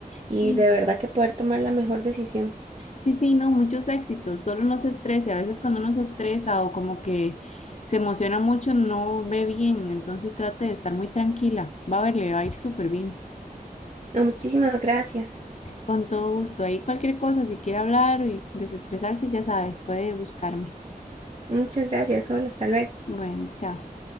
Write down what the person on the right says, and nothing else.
y
de verdad que poder tomar la mejor decisión.
No, muchísimas gracias.
Muchas gracias, Sol. Hasta luego.